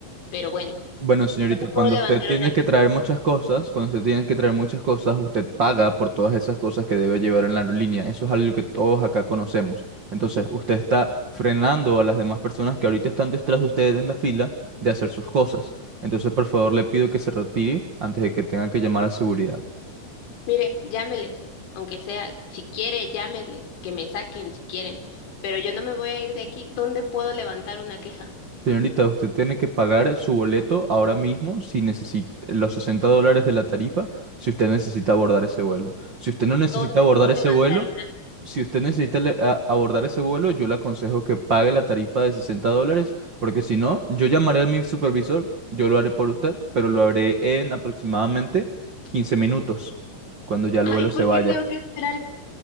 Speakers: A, on the left; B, on the right.
A: Pero bueno,
B: Bueno, señorita,
A: no te
B: cuando
A: puedo levantar
B: usted tiene
A: una que,
B: que traer muchas cosas, cuando usted tiene que traer muchas cosas, usted paga por todas esas cosas que debe llevar en la aerolínea. Eso es algo que todos acá conocemos. Entonces, usted está frenando a las demás personas que ahorita están detrás de usted en la fila de hacer sus cosas. Entonces, por favor, le pido que se retire antes de que tenga que llamar a seguridad.
A: mire, llámeles, aunque sea, si quiere, llámeles, que me saquen si quieren, pero yo no me voy a ir de aquí. ¿Dónde puedo levantar una queja?
B: Señorita, usted tiene que pagar su boleto ahora mismo si necesita los 60 dólares de la tarifa, si usted necesita abordar ese vuelo. Si usted no necesita
A: ¿Dónde
B: abordar
A: puedo
B: ese
A: levantar
B: vuelo,
A: una?
B: Si usted necesita le- a- abordar ese vuelo, yo le aconsejo que pague la tarifa de 60 dólares, porque si no, yo llamaré a mi supervisor, yo lo haré por usted, pero lo haré en aproximadamente 15 minutos, cuando ya el
A: Ay,
B: vuelo
A: ¿por
B: se vaya.
A: qué tengo que esperar?